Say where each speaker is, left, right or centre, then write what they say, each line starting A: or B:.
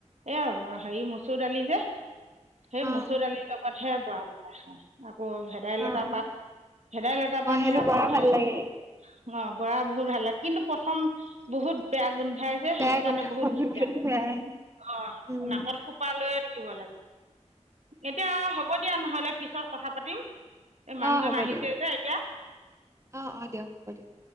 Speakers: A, on the right; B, on the right.
A: এয়া হেৰি মচুৰ দালি যে, সেই
B: অ
A: মচুৰ দালিৰ লগতহে বৰা বনাই খা। অ' ভেদাইলতা
B: অ',
A: পাত ভেদাইলতা পাত,
B: সেইটো
A: সেয়া
B: বৰ
A: মোৰ
B: ভাল
A: খাই
B: লাগে
A: অ' বৰা বহুত ভাল লাগে কিন্তু প্ৰথম। বহুত বেয়া। গোন্ধাই যে
B: বেয়া
A: সেইটো
B: গোন্ধ
A: কাৰণে বহুত দিগদাৰ,
B: গোন্ধটো বেয়াই
A: অ'
B: উম
A: নাকত সোপা লৈয়ে থাকিব লাগে। এতিয়া হ'ব দিয়া নহ'লে। পিছত কথা পাতিম। এই মানুহজন
B: আহ হ'ব
A: আহিছে
B: দিয়ক,
A: যে এতিয়া
B: অ' অ' দিয়ক হ'ব দিয়ক।